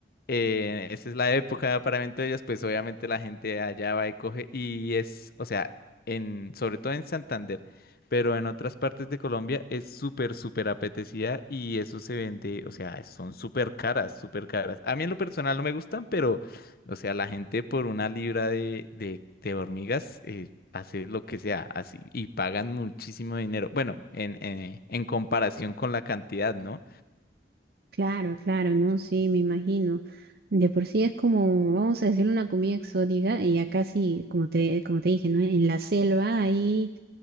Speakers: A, on the left; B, on the right.
A: eh, esa es la época de apareamiento de ellas, pues obviamente la gente allá va y coge y es, o sea, en, sobre todo en Santander, pero en otras partes de Colombia es súper, súper apetecida y eso se vende, o sea, son súper caras, súper caras. A mí en lo personal no me gustan, pero, o sea, la gente por una libra de, de, de hormigas eh, hace lo que sea, así, y pagan muchísimo dinero. Bueno, en, en en comparación con la cantidad, ¿no?
B: Claro, claro, no, sí, me imagino. De por sí es como, vamos a decir, una comida exótica y acá sí, como te, como te dije, ¿no? En la selva ahí,